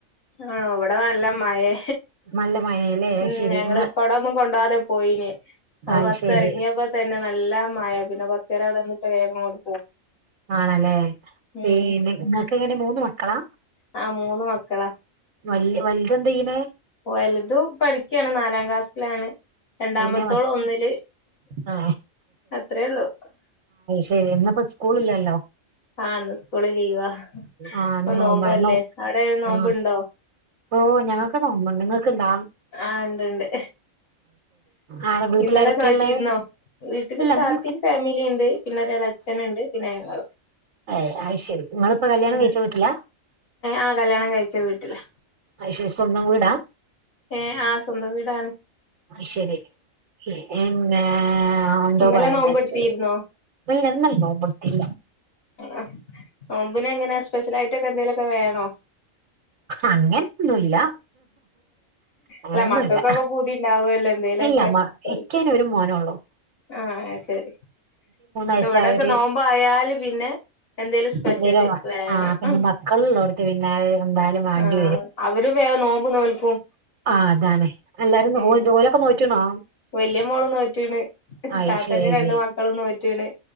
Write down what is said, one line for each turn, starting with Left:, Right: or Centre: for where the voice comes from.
Left: ആണോ വിടെ നല്ല മയേ
Right: നല്ല മഴേല്ലേ അയ്ശരി
Left: ഉം ഞങ്ങള്
Right: ഇങ്ങ
Left: കൊടൊന്നും കൊണ്ടോവാാതെ പോയിഞ്ഞെ അ
Right: അയ്ശരി
Left: ബസ് ഇറങ്ങിയപ്പോ തന്നെ നല്ല മഴ പിന്നെ കൊർച്ചേരം അവിടെ ന്നിട്ട് വേഗം ങൊട്
Right: ആണല്ലേ
Left: ഉം
Right: പേ ന്നെ നിങ്ങൾക്ക് എങ്ങനെ മൂന്ന് മക്കളാ
Left: ആ മൂന്ന് മക്കളാ
Right: വല് വൽതെ ന്തെയ്യ്ണ്
Left: ഓൽ തും പഠിക്കാണ് നാലാം ക്ലാസ്സിലാണ് രണ്ടാമത്തോള്
Right: പിന്നെ മ
Left: ഒന്നില്
Right: ആ
Left: അത്രയേള്ളു
Right: ശരി ന്നപ്പോ സ്കൂള് ല്ലല്ലോ
Left: ആഹ് ന്ന് സ്കൂള് ലീവാ പ്പൊ
Right: ആ ഇന്ന് നോമ്പാ
Left: നോമ്പല്ലേ
Right: നോ
Left: അവ് ടെ നോമ്പ്
Right: ആ
Left: ണ്ടോ
Right: ഓ ഞങ്ങൾക്ക് നോമ്പ്ണ്ട് നിങ്ങക്ക്ണ്ടോ
Left: ആഹ് ണ്ട്ണ്ട്
Right: ആരാ വീട്ടിലാരൊക്കെയുള്ളേ?
Left: ഇന്നലെ നോറ്റിരുന്നോ വീട്ടില്
Right: ഇല്ല
Left: താത്തിം
Right: ഉം
Left: ഫാമിലി ണ്ട് പിന്നെ ഒരളെച്ഛന്ണ്ട് പിന്നെ ഞങ്ങളും
Right: അയ് അഹ് ശരി നിങ്ങളിപ്പോ കല്യാണം
Left: ഉം
Right: കഴിച്ച വീട്ടില
Left: ആഹ് കല്യാണം കഴിച്ച വീട്ടിലാ
Right: അഹ്ശേ സ്വന്തം വീടാ
Left: ഏ ആ സ്വന്തം വീടാണ്
Right: ശരി ഉം ഇന്നേ അഒന്തോ
Left: ഇന്നലെ
Right: പറയാൻവിജാരിച്ണ്
Left: നോമ്പ് എടുത്തിരുന്നോ
Right: മ നന്നല്ല <unintelligible>
Left: ആഹ് നോമ്പിനെങ്ങനെ സ്പെഷ്യലായിട്ടൊക്കെ എന്തെലൊക്കെ വേണോ
Right: അങ്ങനൊന്നുംല്ല അങ്ങനെന്നുല്ല
Left: അല്ല മക്കൾക്കൊക്കെ പൂതി ഉണ്ടാവുമല്ലോ എന്തേലൊക്കെ
Right: ഇല്ല മ
Left: ഓൽക്ക്
Right: ഇക്ക് ഐനൊരു മോനൊ ആണോ
Left: ആഹ് ശരി ന്ന്
Right: വയസ്സായൊരു
Left: വിടൊക്കെ നോമ്പായാല് പിന്നെ എന്തേലും സ്പെഷ്യല്
Right: എന്തേലും
Left: വേണം
Right: ആഹ് പിന്നെ
Left: ആ
Right: മക്കളുള്ളോടത്ത് പിന്നെ അത് എന്തായാലും വേണ്ടി
Left: ആഹ് അവര് വേ നോമ്പ് നോൽക്കും
Right: ആ അതാണ് എല്ലാരും നോ
Left: ഉം
Right: ൽത് ഓലൊക്കെ നോറ്റ്ണോ
Left: വല്യ മോൾ നോറ്റ്ണ്
Right: അയ്ശരി
Left: താത്തന്റെ രണ്ടു മക്കളും നോറ്റ്ണ്